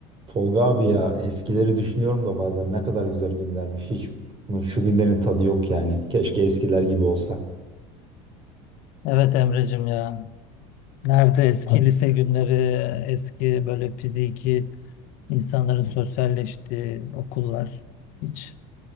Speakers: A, on the right (about 30°); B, on the left (about 65°).
A: Tolga abi ya eskileri düşünüyorum da bazen ne kadar güzel günlermiş. Hiç şu günlerin tadı yok yani. Keşke eskiler gibi olsa.
B: Evet Emre'cim ya. Nerede eski Abi, lise günleri, eski böyle fiziki insanların sosyalleştiği okullar. Hiç